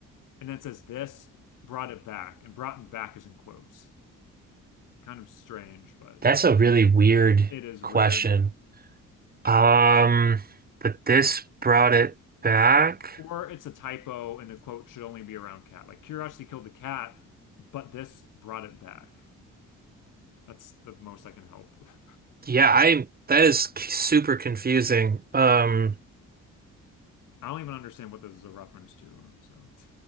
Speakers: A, on the left (about 85°); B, on the right (about 30°).
A: and then it says this brought it back, and brought it back is in quotes. Kind of strange, but
B: That's a really weird
A: it is
B: question.
A: weird.
B: Um, but this brought it back.
A: Or it's a typo, and the quote should only be around cat. Like curiosity killed the cat, but this brought it back. That's the most I can help. with. <laughs>
B: Yeah, I that is c- super confusing. Um,
A: I don't even understand what this is a reference to, so.